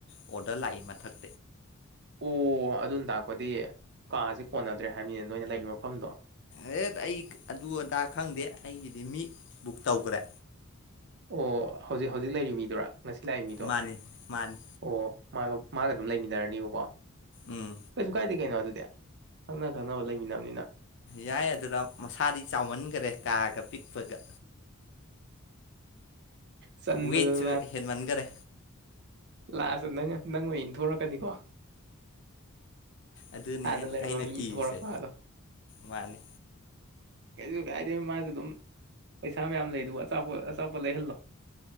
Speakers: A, on the left (about 55°); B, on the right (about 50°).
A: ꯑꯣꯗꯔ ꯂꯥꯛꯏ ꯃꯊꯛ
B: ꯑꯣ ꯑꯗꯨꯅ ꯇꯥꯛꯄꯗꯤ ꯀꯥꯁꯦ ꯀꯣꯟꯅꯗ꯭ꯔꯦ ꯍꯥꯏꯕꯅꯤꯅꯦ ꯅꯣꯏꯅ ꯂꯩꯔꯤꯕ ꯃꯐꯝꯗꯣ
A: ꯑꯦ ꯑꯩ ꯑꯗꯨ ꯑꯗꯥ ꯈꯪꯗꯦ ꯑꯩꯒꯤꯗꯤ ꯃꯤ ꯕꯨꯛ ꯇꯧꯈ꯭ꯔꯦ
B: ꯑꯣ ꯍꯧꯖꯤꯛ ꯍꯧꯖꯤꯛ ꯂꯩꯔꯤꯕ ꯃꯤꯗꯨꯔꯥ ꯉꯁꯤ ꯂꯥꯛꯏ ꯃꯤꯗꯣ
A: ꯃꯥꯅꯤ ꯃꯥꯅꯤ
B: ꯑꯣ ꯃꯥꯒ ꯃꯥꯒ ꯑꯗꯨꯝ ꯂꯩꯃꯤꯟꯅꯔꯅꯤꯕꯀꯣ
A: ꯎꯝ
B: ꯀꯩꯁꯨ ꯀꯥꯏꯗꯦ ꯀꯩꯅꯣ ꯑꯗꯨꯗꯤ ꯈꯪꯅ ꯈꯪꯅꯕ ꯂꯩꯃꯤꯟꯅꯕꯅꯤꯅ
A: ꯌꯥꯏ ꯑꯗꯨꯗ ꯃꯁꯥꯗꯤ ꯆꯥꯎꯃꯟꯈꯔꯦ ꯀꯥꯒ ꯄꯤꯛꯄꯒ
B: ꯆꯟꯗꯅ
A: ꯋꯦꯠꯁꯨ ꯍꯦꯟꯃꯟꯒꯥꯔꯦ
B: ꯂꯁꯇꯥ ꯅꯪ ꯅꯪ ꯃꯣꯏ ꯏꯟꯊꯣꯔꯛꯀꯅꯤꯀꯣ
A: ꯑꯗꯨꯅꯤ
B: ꯍꯥꯟꯅ ꯂꯩꯔꯝꯕ
A: ꯑꯩꯅ
B: ꯃꯤ
A: ꯀꯤꯔꯤꯁꯦ
B: ꯏꯟꯊꯣꯔꯛꯄ ꯑꯗꯣ
A: ꯃꯥꯅꯤ
B: ꯀꯩꯁꯨ ꯀꯥꯏꯗꯦ ꯃꯥꯁꯨ ꯑꯗꯨꯝ ꯄꯩꯁꯥ ꯃꯌꯥꯝ ꯂꯩꯗꯨꯕꯨ ꯑꯆꯥꯄꯣꯠ ꯑꯆꯥꯄꯣꯠ ꯂꯩꯍꯜꯂꯣ